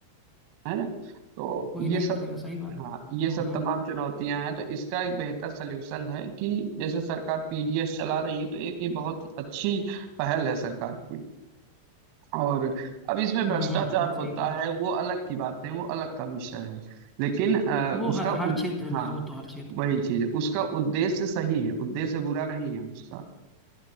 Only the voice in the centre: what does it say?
कोई
नहीं
करेगा सही बात
हम्म
हम्म
हम्म हम्म हम्म, सही
बात
वो
हर
हर क्षेत्र में
है वो तो हर क्षेत्र